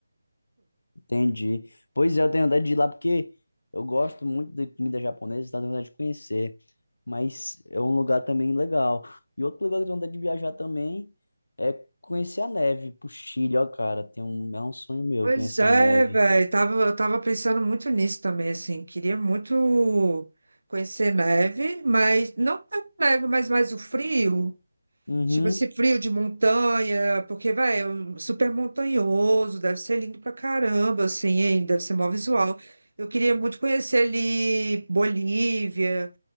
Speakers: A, on the left; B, on the right.
A: Entendi. Pois é, eu tenho vontade de ir lá porque eu gosto muito de comida japonesa, tá tenho vontade de conhecer. Mas é um lugar também legal. E outro lugar que eu tenho vontade de viajar também é conhecer a neve, pro Chile, ó, cara. Tem um, é um sonho meu
B: Pois
A: conhecer
B: é,
A: a neve.
B: velho. Tava, eu tava pensando muito nisso também, assim. Queria muito conhecer neve, mas não tanto neve, mas mais o frio.
A: Uhum,
B: Tipo esse frio de montanha, porque, vai, é um super montanhoso, deve ser lindo pra caramba, assim, hein? Deve ser mó visual. Eu queria muito conhecer ali Bolívia,